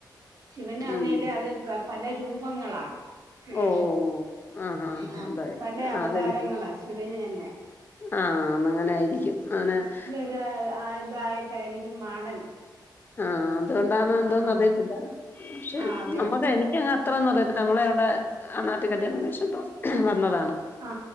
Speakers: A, on the right (about 50°); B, on the left (about 25°).
A: ശിവനാന്നേല്
B: ഉം
A: അത് പ പല രൂപങ്ങളാണ് ശിവന്റെ
B: ഓ ഓ ആ ഹാ
A: ആ
B: അതായിരിക്കും
A: പല അവതാരങ്ങളാ
B: ആ അതെ
A: ശിവന് തന്നെ
B: ആ ന്നങ്ങനെ ആയിരിക്കും <unintelligible>
A: <unintelligible> അതായിട്ടായിരിക്കും മാടൻ
B: ആ അതുകൊണ്ടാണന്തോന്നറിയത്തില്ല
A: ആഹ്
B: പക്ഷെ
A: ആഹ് അതെ
B: നമ്മക്ക് എനി കങ്ങ് അത്രന്നും അറിയത്തി്ല്ല നമ്മളെ അവിടെ ആ നാട്ട് കല്യാണം കഴിച്ചിണ്ടോ വന്നതാണ്
A: ആ